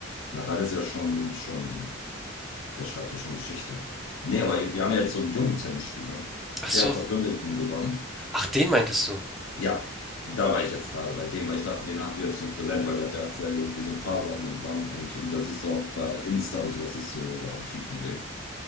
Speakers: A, on the left; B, in the centre.
A: Nadal ist ja schon, schon, der schreibt ja schon Geschichte. Nee, aber wir haben ja jetzt so einen jungen Tennisspieler.
B: Ach so,
A: Der hat doch Wimbledon gewonnen.
B: ach, den meintest du.
A: Ja, da war ich jetzt gerade bei dem, weil ich dachte, den hast du jetzt so präsent, weil der hat ja aktuell irgendwie so ein paar Sachen und wann und, und da siehst du auch bei Insta und sowas, siehst du halt viel von dem.